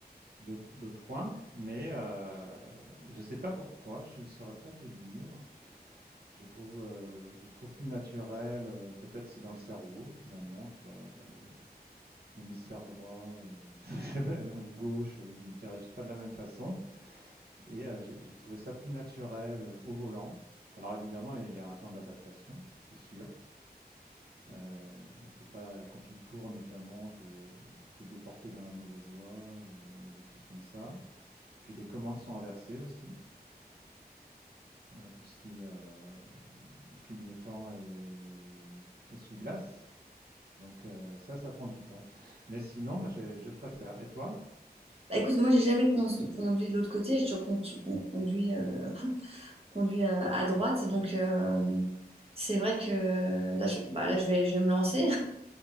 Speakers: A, on the right; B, on the right.
A: d'autres d'autres coins, mais euh, je ne sais pas pourquoi, je ne saurais pas te dire. Je trouve, euh, je trouve plus naturel, euh, peut-être c'est dans le cerveau finalement, tu vois, t'as le- l'hémisphère droit euh, <laughs> je sais pas, ou gauche euh, qui ne réagissent pas de la même façon. Et euh, j'ai j'ai trouvé ça plus naturel euh, au volant. Alors évidemment, il y a un temps d'adaptation, c'est sûr. Euh, faut pas, quand tu tournes notamment, te, te déporter dans la mauvaise voie ou des choses comme ça. Puis les commandes sont inversées aussi. Euh, tout ce qui est euh, clignotant et essuie-glace. Donc euh, ça, ça prend du temps. Mais sinon, moi, je, je préfère. Et toi?
B: Bah, écoute, moi, j'ai jamais con- conduit de l'autre côté, j'ai toujours con- con- conduit. euh, conduit à, à droite. Donc, euh, c'est vrai que là, je, bah, là, je vais, je vais me lancer.